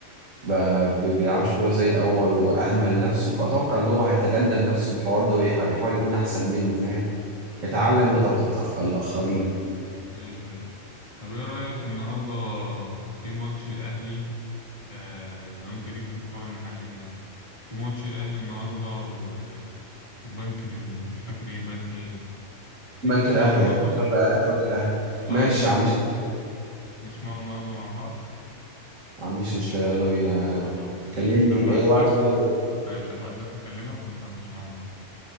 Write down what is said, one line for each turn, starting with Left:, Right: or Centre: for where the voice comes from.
Right: ما بي- بيلعبش كورة زي الأول وأهمل نفسه فأتوقع إن هو هيتجنب نفسه في الحوار ده ويحاول يكون أحسن منه فاهم يتعلم من غلطات أخ- الآخرين
Left: أيوه أيوه طب إيه رأيك النهاردة في ماتش الأهلي آه لو أنت ليك في الكورة المحلية يعني في ماتش الأهلي النهاردة و- والبنك مش فاكر إيه البنك إيه ده تيجي
Right: بنك
Left: نسمعه
Right: الأهلي
Left: النهاردة؟
Right: أكيد شرط الأهلي بنك الأهلي
Left: أه
Right: ماشي
Left: البنك
Right: ما عنديش مشكلة
Left: نسمعه النهاردة مع بعض
Right: ما عنديش مشكلة يلا بينا
Left: خلاص مش
Right: كلمني
Left: هبعتلك
Right: أي وقت كده و...
Left: ماشي هبعتلك أكلمك ونروح نسمعه النهاردة